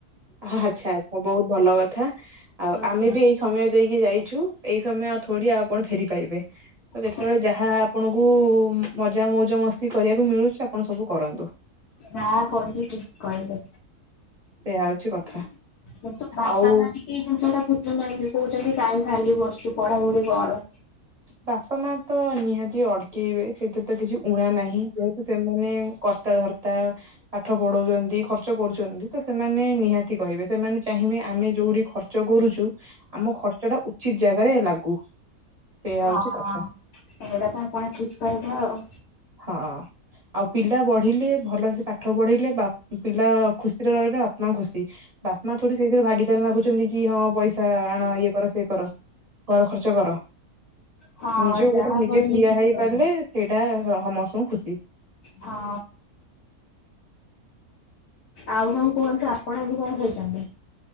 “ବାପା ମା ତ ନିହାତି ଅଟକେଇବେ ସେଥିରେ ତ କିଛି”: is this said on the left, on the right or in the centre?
Right